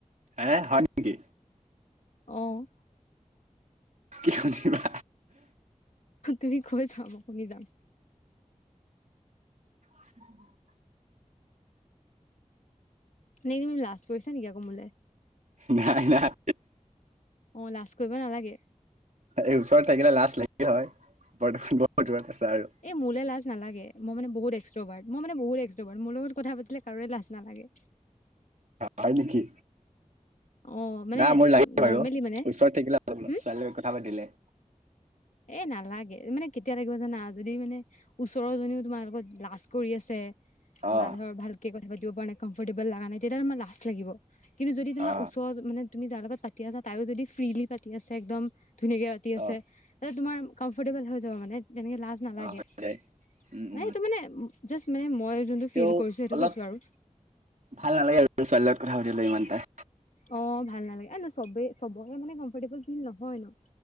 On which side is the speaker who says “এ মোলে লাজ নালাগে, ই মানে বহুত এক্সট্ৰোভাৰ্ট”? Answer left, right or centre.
Left